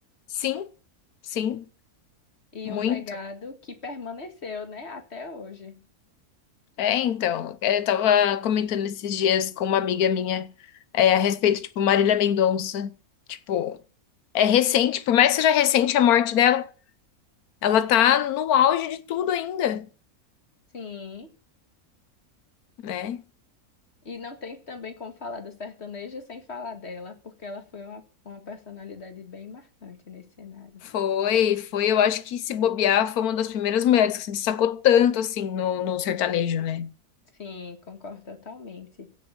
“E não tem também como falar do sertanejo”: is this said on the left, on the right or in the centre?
Left